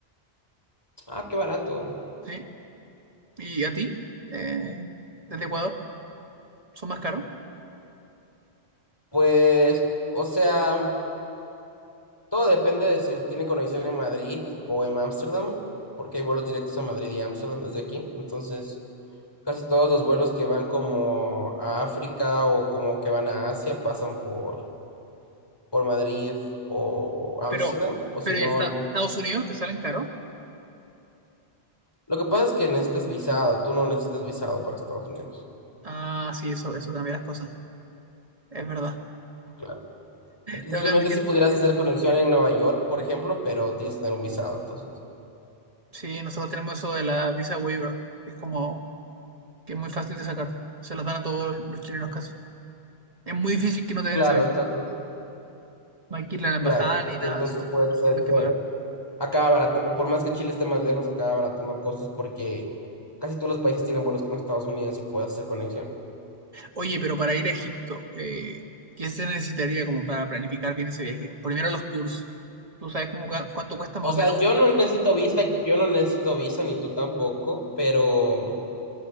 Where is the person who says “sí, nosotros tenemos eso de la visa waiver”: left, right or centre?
Right